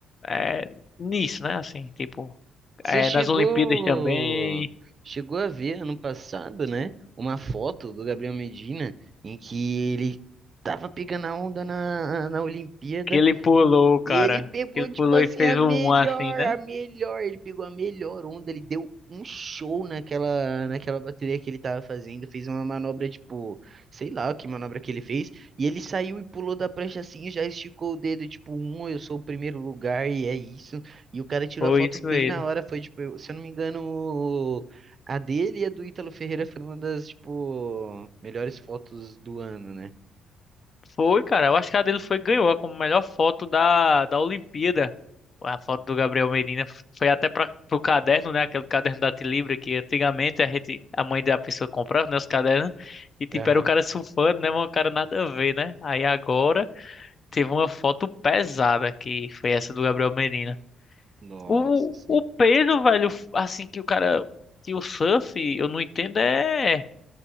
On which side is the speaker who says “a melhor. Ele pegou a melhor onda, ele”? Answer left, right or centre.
Right